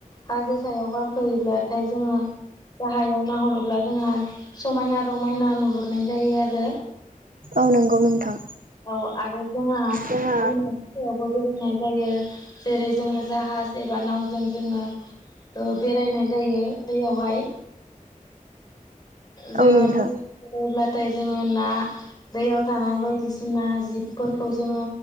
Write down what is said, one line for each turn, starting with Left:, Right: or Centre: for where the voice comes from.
Left: हाजो सायाव गाखोयोब्लाथाय जोङो गाहायाव नाहरोब्ला जोंहा समायना रमायना नुहुरनाय जायो आरो
Right: औ नोंगौ नोंथां
Left: औ आरो जोंहा
Right: जोंहा
Left: दैमा फोरावबो बेरायनाय जायो जेरै जोङो जाहाज एबा नावजों जोङो ओ बेरायनाय जायो दैयावहाय जोङो
Right: औ नोंथां
Left: बे बेरायब्लाथाय जोङो ना दैयाव थानाय बायदिसिना जिब फोरखौ जोङो